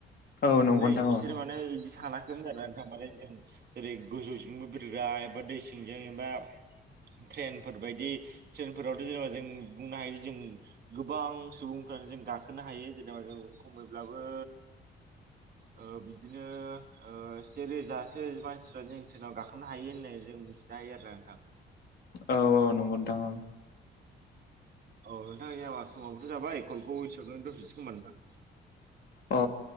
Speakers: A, on the left (about 55°); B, on the right (about 55°).
A: औ नंगौ
B: माने
A: नोंथां औ
B: बिसोर माने बिदि सानाखैमोन आरो नोंथां बालाय जों जेरै गोजौजोंबो बिरग्रा एबा दै सिंजों एबा ट्रेनफोर बायदि ट्रेनफोरावथ' जेनेबा जों बुंनो हायो जों गोबां सुबुंफ्रानो जों गाखोनो हायो जेनेबा जों खमैब्लाबो <inaudible> बिदिनो सेेरोजासो मानसिफ्रा जों ट्रेनाव गाखोनो हायो होननाय जों जों मिथिनो हायो आरोोना नोंथां।
A: औ औ नंगौ नोंथां औ
B: औ नोंथां जोंना समाबोथ' जाबाय कलखौ एसेआवनो दोनथ'नोसै खोमा नोंथां
A: अ